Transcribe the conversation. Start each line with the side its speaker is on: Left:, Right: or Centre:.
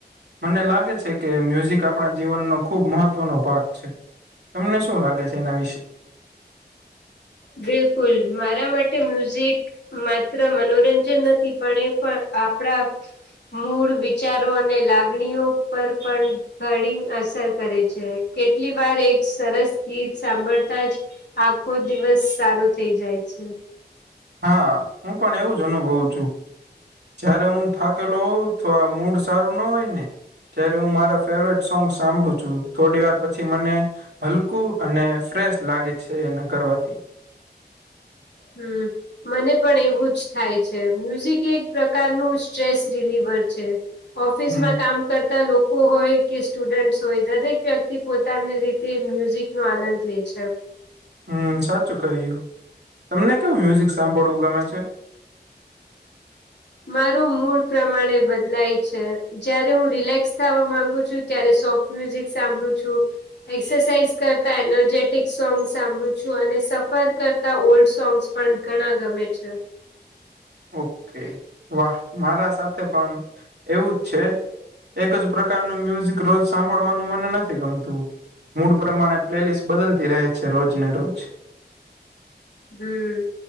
Right: મને લાગે છે કે મ્યુઝિક આપણા જીવનનો ખુબ મહત્વનો ભાગ છે. તમને શું લાગે છે એના વિશે.
Left: બિલકુલ મારા માટે મ્યુઝિક માત્ર મનોરંજન નથી પણ એ પણ આપણા મૂળ વિચારો અને લાગણીઓ પર પણ ઘડી અસર કરે છે કેટલી વાર એક સરસ ગીત સાંભળતા જ આખો દિવસ સારો થઈ જાય છે.
Right: હા હું પણ એવું જ અનુભવ છું. જયારે હું થાકેલો હોઉં તો મૂડ સારું ના હોય ને જય્યારે હું મારા ફેવરેટ સોંગ સાંભળું છું થોડી વાર પછી મને હલકું અને ફ્રેશ લાગે છે એને કરવાથી.
Left: હમ. મને પણ એવું જ થાય છે મ્યુઝિક એક પ્રકારનું સ્ટ્રેસ રિલીવર છે. ઓફિસમાં
Right: હમ
Left: કામ કરતા લોકો હોય કે સ્ટુડન્ટ હોય દરેક વ્યક્તિ પોતાની રીતે મ્યુઝિક નો આનંદ લે છે.
Right: હમ સાચું કહય્યું તમને કેવુ મ્યુઝિક સાંભળવું ગમે છે.
Left: માર મૂડ પ્રમાણે બદલાય છે જયારે હું રિલેક્સ થવા માંગુ છું ત્યારે સોફ્ટ મ્યુઝિક સાંભળું છું. એક્સરસાઝ કરતા એનર્જેટિક સોંગ્સ સાંભળું છું અને સફર કરતા ઓલ્ડ સોંગ્સ પણ ઘણા ગમે છે.
Right: ઓકે વાહ મારા સાથે પણ એવું જ છે. એક જ પ્રકારનું મ્યુઝિક રોજ સાંભળવાનું મને નથી ગમતું. મૂડ પ્રમાણે પ્લેલિસ્ટ બદલતી રહે છે રોજ ને રોજ
Left: હમ